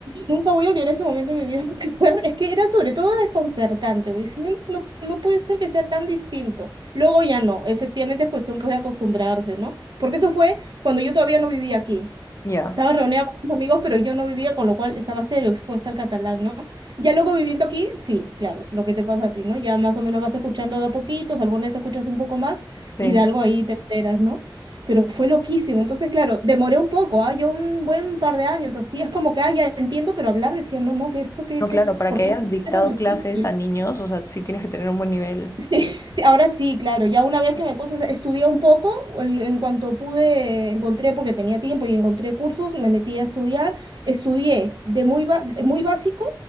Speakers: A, on the right; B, on the left.
A: nunca voy a olvidar ese momento de mi vida, porque fue, es que era sobre todo desconcertante, güey. Dice, No, no, no puede ser que sea tan distinto. Luego ya no, efectivamente es cuestión pues, de acostumbrarse, ¿no? Porque eso fue cuando yo todavía no vivía aquí.
B: Ya,
A: Estaba reunida con mis amigos, pero yo no vivía, con lo cual estaba cero expuesta al catalán, ¿no? Ya luego viviendo aquí, sí, claro, lo que te pasa a ti, ¿no? Ya más o menos vas escuchando de a poquitos, alguna vez escuchas un poco más
B: sí.
A: y de algo ahí te enteras, ¿no? Pero fue loquísimo. Entonces, claro, demoré un poco, ¿ah? Yo un buen par de años, así es como que, ah, ya entiendo, pero hablar decía, no, no, que esto, que,
B: No, claro,
A: que-
B: para
A: ¿por
B: que
A: qué
B: hayas
A: es
B: dictado
A: tan difícil?
B: clases a niños, o sea, sí tienes que tener un buen nivel.
A: Sí, sí, ahora sí, claro. Ya una vez que me puse, a- hacer- estudié un poco, el- en cuanto pude, encontré, porque tenía tiempo y encontré cursos, me metí a estudiar, estudié de muy, ba- muy básico